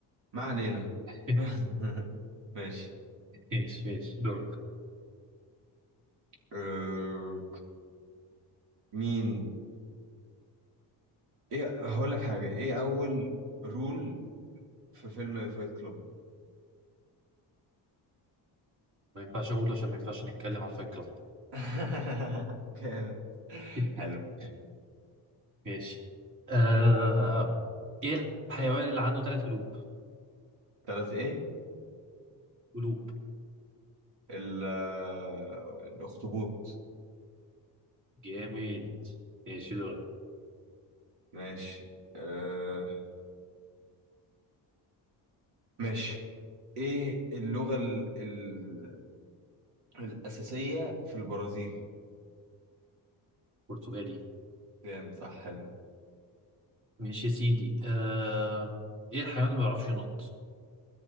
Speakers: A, on the right; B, on the right.
A: ما علينا
B: <laughs>
A: <laughs> ماشي
B: ماشي ماشي دورك
A: أه... مين ايه هقول لك حاجه ايه اول رول في فيلم فايت كلوب
B: ما ينفعش اقول عشان ما ينفعش نتكلم على الفايت كلاب
A: <laughs> جامد
B: <laughs>
A: حلو
B: ماشي آه... ايه الحيوان اللي عنده ثلاث قلوب؟
A: ثلاث ايه
B: قلوب
A: ال... آه، الاخطبوط
B: جامد ماشي دورك
A: ماشي أه... ماشي ايه اللغة ال... ال... الأساسية في البرازيل؟
B: برتغالي
A: جامد صح حلو
B: ماشي يا سيدي آه... ايه الحيوان اللي ما بيعرفش ينط